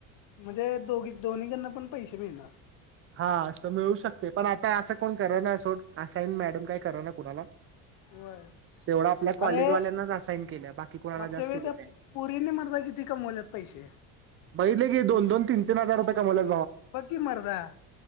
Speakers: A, on the left; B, on the right.
A: म्हणजे दोघी दोन्हीकडन पण पैसे मिळणार.
B: हा असं मिळू शकतय पण आता असं कोण करना असाईन मॅडम काय करना कुणाला
A: व्हय
B: तेवढा आपल्या कॉलेजवाल्यांनाच
A: अरे
B: असाईन केल्या बाकी कोणाला
A: मागच्या
B: जास्त
A: वेळ
B: केले
A: त्या
B: नाही
A: पोरींनी म्हणता किती कमवल्येत पैसे
B: बघितलं की दोन दोन तीन तीन हजार रुपये कमवल्या
A: बग की मर्दा